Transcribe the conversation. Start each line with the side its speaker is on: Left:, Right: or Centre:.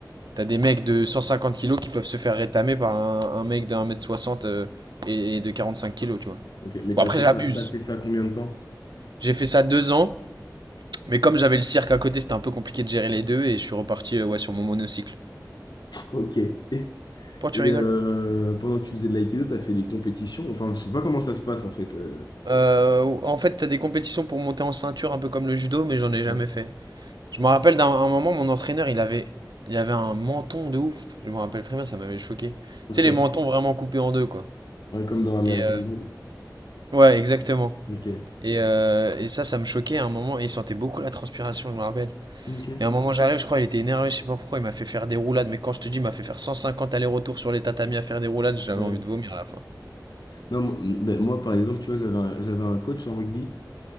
Right: t'as des mecs de 150 kilos qui peuvent se faire rétamer par un un mec de 1 mètre 60, heu, et et de 45 kilos, tu vois?
Left: Ok, mais t'as
Right: Bon après
Left: fait
Right: j'abuse.
Left: ça, t'as fait ça combien de temps?
Right: J'ai fait ça 2 ans, mais comme j'avais le cirque à côté, c'était un peu compliqué de gérer les 2, et je suis reparti, heu, ouais, sur mon monocycle.
Left: Ok. Et,
Right: Pourquoi tu
Left: et,
Right: rigoles?
Left: euh, pendant que tu faisais de l'aïkido, t'as fait des compétitions. Enfin, je sais pas comment ça se passe en fait. euh.
Right: Heu, en fait, t'as des compétitions pour monter en ceinture un peu comme le judo, mais j'en ai jamais
Left: Ouais.
Right: fait. Je me rappelle d'un un moment, mon entraîneur, il avait, il avait un menton de ouf. Je me rappelle très bien, ça m'avait choqué. Tu
Left: Ok.
Right: sais, les mentons vraiment coupés en deux, quoi.
Left: Ouais, comme dans American
Right: Et euh,
Left: Dad.
Right: ouais, exactement.
Left: Ok.
Right: Et, euh, et ça, ça me choquait à un moment. Et il sentait beaucoup la transpiration, je me rappelle.
Left: Ok.
Right: Et à un moment, j'arrive, je crois, il était énervé, je sais pas pourquoi, il m'a fait faire des roulades. Mais quand je te dis, il m'a fait faire 150 allers-retours sur les tatamis à faire des roulades, j'avais
Left: Ouais.
Right: envie de vomir à la fin.
Left: Non, mon- ben, moi, par exemple, tu vois, j'avais un, j'avais un coach en rugby